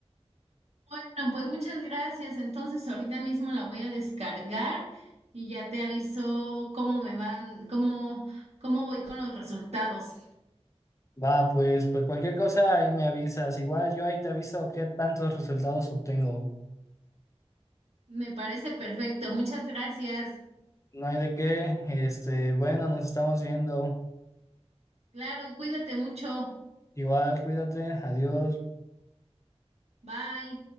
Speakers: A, on the right (about 70°); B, on the left (about 25°).
A: Bueno, pues muchas gracias. Entonces, ahorita mismo la voy a descargar y ya te aviso cómo me van, cómo, cómo voy con los resultados.
B: Va, pues, pues cualquier cosa ahí me avisas. Igual yo ahí te aviso qué tantos resultados obtengo.
A: Me parece perfecto. Muchas gracias.
B: No hay de qué. Este, bueno, nos estamos viendo.
A: Claro, cuídate mucho.
B: Igual, cuídate. Adiós.
A: Bye.